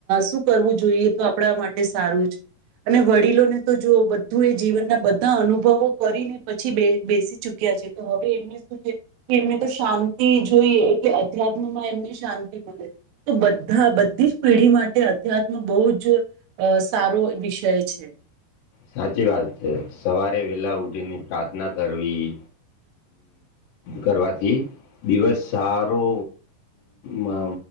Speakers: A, on the right; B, on the left.
A: શું કરવું જોઈએ તો આપણા માટે સારું છે અને વડીલોને તો જો બધું એ જીવનના બધા અનુભવો કરીને પછી બે બેસી ચૂકી છે તો હવે એમને શું છે કે એમને તો શાંતિ જોઈએ એટલે અધ્યાત્મમાં એમને શાંતિ મળે તો બધા બધી જ પેઢી માટે અધ્યાત્મ બહુ જ અ સારો વિષય છે
B: સાચી વાત છે સવારે વેલા ઉઠીને પ્રાર્થના કરવી કરવાથી દિવસ સારો હ